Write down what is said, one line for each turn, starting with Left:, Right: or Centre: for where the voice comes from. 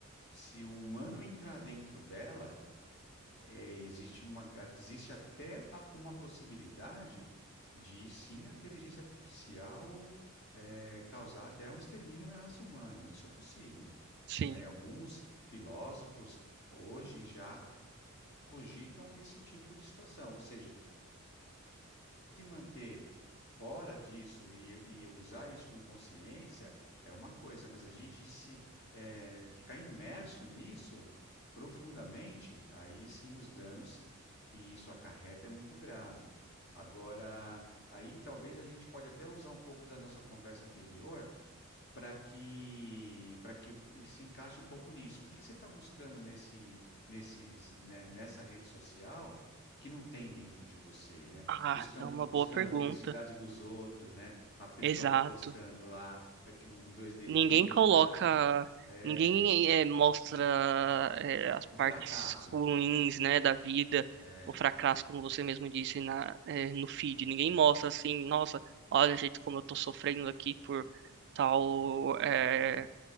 Left: Se o humano entrar dentro dela, eh, existe uma, existe até a- uma possibilidade de sim a inteligência artificial eh, causar até um extermínio da raça humana. Isso é possível,
Right: Sim.
Left: né? Alguns filósofos hoje já cogitam esse tipo de situação, ou seja se manter fora disso e, e usar isso com consciência é uma coisa, mas a gente se eh, ficar imerso nisso profundamente, aí sim os danos que isso acarreta é muito grave. Agora, aí talvez a gente pode até usar um pouco da nossa conversa anterior para que para que se encaixe um pouco nisso. O que que você está buscando nesse, nesses, né, nessa rede social que não tem dentro de você, né?
Right: Ah,
Left: Buscando,
Right: é uma boa
Left: buscando
Right: pergunta.
Left: a felicidade dos outros, né? A pessoa
Right: Exato.
Left: postando lá aqui um dois dedinhos,
Right: Ninguém coloca,
Left: <laughs> ah, é,
Right: ninguém eh, mostra eh, as
Left: o
Right: partes
Left: fracasso.
Right: ruins, né, da vida,
Left: É,
Right: o fracasso, como você mesmo disse na, eh, no feed. Ninguém
Left: sim,
Right: mostra assim, nossa, olha, gente, como eu tô sofrendo aqui por tal eh,